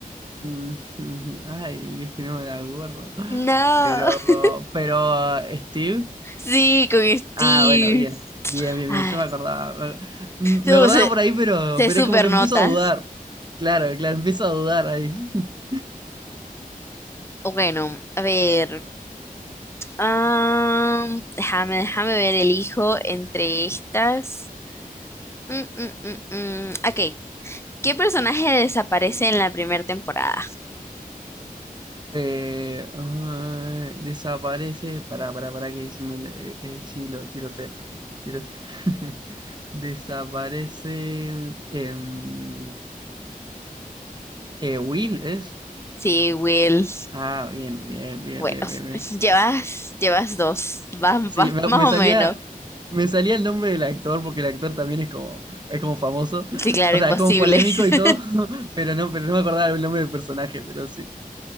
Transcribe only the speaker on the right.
mm, <laughs> Ay, es que no me la acuerdo.
Pero,
pero, Steve.
Ah, bueno, bien. Bien, bien,
bien. Yo me acordaba. Me me
acordaba
por ahí, pero,
pero
es como que empiezo a dudar. Claro, claro, empiezo a dudar ahí. <laughs>
Eh, ah, desaparece. para, para, para que se me lo- eh, eh, sí, lo, sí lo sé. Sí lo sé. <laughs> Desaparece. em, eh, Will es.
Ah, bien, bien, bien,
bien,
bien, bien.
Sí,
me,
me
salía,
me salía el nombre del actor, porque el actor también es como, es como famoso.
O
sea, es como polémico
y todo, <laughs> pero no, pero no me acordaba el nombre del personaje, pero sí.